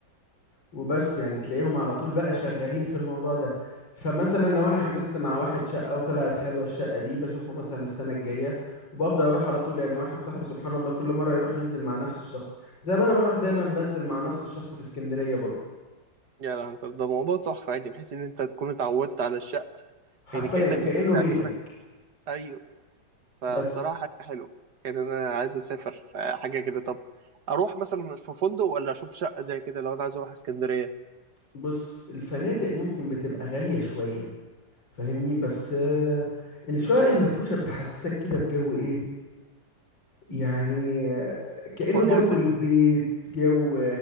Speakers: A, on the left; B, on the right.
A: وبس يعني تلاقيهم على طول بقى شغالين في الموضوع ده فمثلا لو انا حجزت مع واحد شقة وطلعت حلوة الشقة دي بشوفه مثلا السنة الجاية وبفضل اروح على طول يعني واحد صاحبي سبحان الله كل مرة يروح ينزل مع نفس الشخص زي ما انا بروح دايما بنزل مع نفس الشخص في اسكندرية برضه
B: يا لهوي طب ده موضوع تحفه يعني بحيث ان انت تكون اتعودت على الشقه
A: حرفيا
B: يعني كانك
A: كأنه
B: ممكن تعتبرها
A: بيتك
B: ايوه فبصراحة
A: بس
B: حاجة حلوة يعني أنا عايز أسافر آه، حاجة كده طب أروح مثلا في فندق ولا أشوف شقة زي كده لو أنا عايز أروح اسكندرية
A: بص الفنادق ممكن بتبقى غالية شوية فاهمني بس آه، الشقق المفروشة بتحسسك كده بجو ايه يعني كأنه
B: مقارنة
A: جو
B: والبنين
A: البيت جو